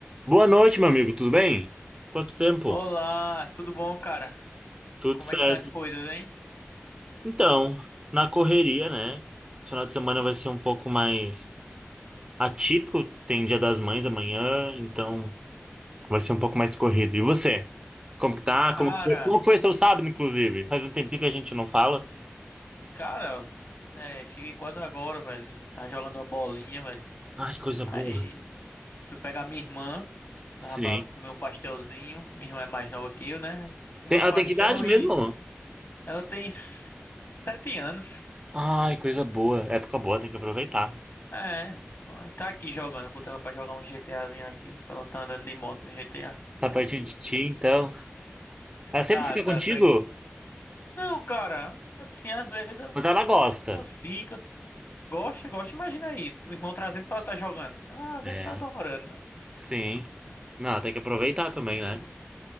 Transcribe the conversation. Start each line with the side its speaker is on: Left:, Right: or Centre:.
Right: Boa noite, meu amigo, tudo bem? Quanto tempo?
Left: Olá, tudo bom, cara?
Right: Tudo
Left: Como
Right: certo.
Left: é que tá as coisas, hein?
Right: Então, na correria, né? Esse final de semana vai ser um pouco mais atípico, tem Dia das Mães amanhã, então vai ser um pouco mais corrido. E você? Como que tá? Como
Left: Cara,
Right: que foi, como que foi teu sábado, inclusive? Faz um tempinho que a gente não fala.
Left: cara, é, cheguei quase agora, velho. Tava jogando uma bolinha, velho.
Right: Ai, coisa
Left: Aí
Right: boa.
Left: fui pegar minha irmã, levar
Right: Sim.
Left: pra comer um pastelzinho. Minha irmã é mais nova que eu, né? Aí Comi
Right: Tem,
Left: um
Right: ela
Left: pastel
Right: tem que idade mesmo?
Left: e ela tem s- sete anos.
Right: Ai, coisa boa. Época boa, tem que aproveitar.
Left: É, aí tá aqui jogando. Botei ela pra jogar um GTAzinho aqui, pra ela tá andando de moto no GTA.
Right: Tá pertinho de ti, então. Ela sempre
Left: Tá,
Right: fica
Left: tá,
Right: contigo,
Left: tá. Não, cara, assim, às vezes ela
Right: mas ela gosta.
Left: ela fica. Gosta, gosta. Imagina aí, o irmão trazendo pra ela estar jogando. Ela "Ah, deve
Right: É.
Left: estar adorando, né?
Right: Sim. Não, tem que aproveitar também, né?